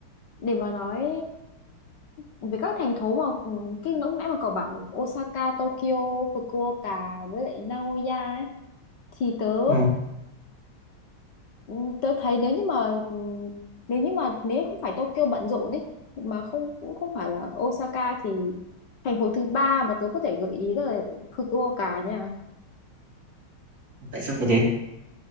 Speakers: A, on the left; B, on the right.
A: để mà nói um, về các thành phố mà ừ, cái lúc nãy mà cậu bảo Osaka Tokyo Fukuoka với lại Nagoya ấy, thì tớ
B: ừ
A: Ừ, Tôi thấy nếu như mà ừ, nếu như mà nếu không phải Tokyo bận rộn ấy mà không cũng không phải là Osaka thì thành phố thứ ba mà tôi có thể gợi ý là Fukuoka nha
B: tại sao lại thế